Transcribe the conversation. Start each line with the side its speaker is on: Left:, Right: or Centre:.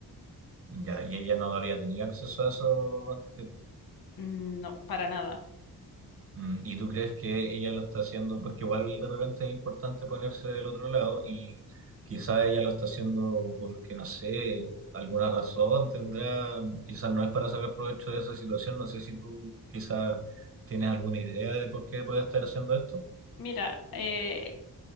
Right: Ya, y ella no había tenido acceso a eso antes que tú.
Left: Mm, No, para nada.
Right: Mm, ¿Y tú crees que ella lo está haciendo? Porque igual de repente es importante ponerse del otro lado y quizás ella lo está haciendo porque, no sé, alguna razón tendrá, quizás no es para sacar provecho de esa situación, no sé si tú quizás tienes alguna idea de por qué puede estar haciendo esto.
Left: Mira, eh,